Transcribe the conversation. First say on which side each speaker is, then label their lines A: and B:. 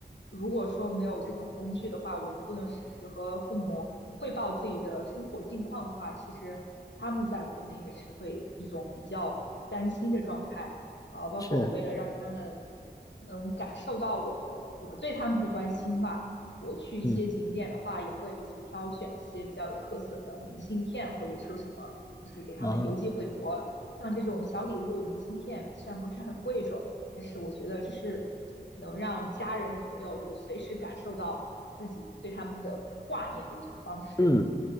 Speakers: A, on the left; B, on the left.
A: 如果说没有这种工具的话，我们不能实时和父母汇报自己的生活近况的话，其实他们在国内也是会一种比较担心的状态啊、呃包括我为了让他们
B: 是，
A: 能感受到我的我对他们的关心吧，我去一些景点的话，
B: 嗯
A: 也会就是挑选一些比较有特色的明信片，或者说什么，就是给他们邮寄回国。
B: 啊，
A: 像这种小礼物、明信片，虽然不是很贵重，但是我觉得这是能让家人朋友就随时感受到自己对他们的挂念的一种方式。
B: 嗯，